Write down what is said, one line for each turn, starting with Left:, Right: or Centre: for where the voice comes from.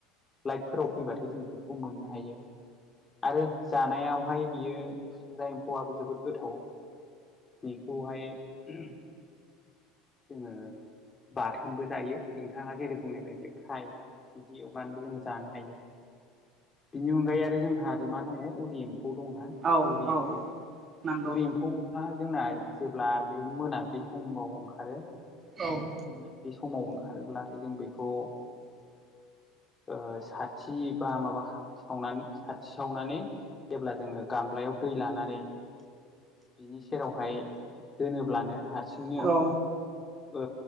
Left: लाइटफोराव फैबाथाय जों बेफोरखौ मोननो हायो। आरो जानायावहाय बियो खुसिंग्रा एम्फौआआबो जोबोद गोथाव। बेखौहाय <unintelligible> जोङो बाथोनबो जायो नोंथाङा जेरै बुंनाय बादि फ्राय बिदि एवनानैबो जों जानो हायो। बिनि अनगायै आरो जोंहा आरो मा दङ उरि एम्फौ दङ ना?
Right: औ
Left: उरि एम्फौ
Right: औ नंगौ
Left: उरि एम्फौ आ जोंना जेब्ला बे मोनाब्लि समाव ओंखारो
Right: औ
Left: मोनाबिलि समाव ओंखारोब्लाथाय जों बेखौ ओ साथि बा माबा सावनानै साथि सावनानै जेब्ला जोङो गामब्लायाव दै लानानै बिनि सेरावहाय दोनोब्लानो हारसिंनो
Right: नंगौ
Left: ओ